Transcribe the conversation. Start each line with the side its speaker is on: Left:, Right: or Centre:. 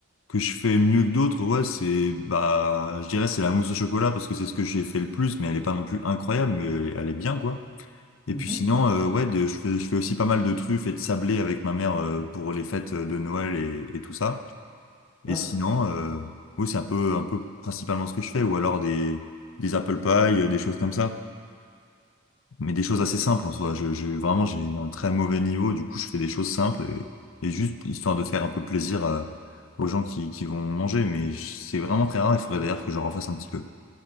Left: que je fais mieux que d'autres, ouais, c'est bah, je dirais c'est la mousse au chocolat parce que c'est ce que j'ai fait le plus, mais elle est pas non plus incroyable, mais elle est, elle est bien quoi. Et
Right: Mhm.
Left: puis sinon, euh, ouais, de- je fais, je fais aussi pas mal de truffes et de sablés avec ma mère euh, pour les fêtes euh, de Noël et, et tout ça. Et
Right: Ouais,
Left: sinon, euh, oui, c'est un peu, un peu principalement ce que je fais, ou alors des, des apple pie, euh, des choses comme ça. Mais des choses
Right: ok.
Left: assez simples en soi. Je, je, vraiment, j'ai un très mauvais niveau, du coup, je fais des choses simples et, et juste histoire de faire un peu plaisir à- aux gens qui, qui vont manger. Mais c'est vraiment très rare, il faudrait d'ailleurs que je refasse un petit peu.